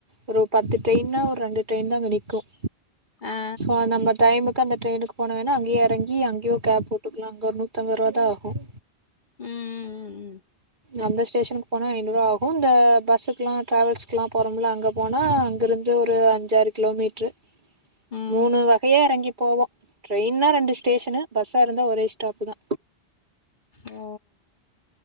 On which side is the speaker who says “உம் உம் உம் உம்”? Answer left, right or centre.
Left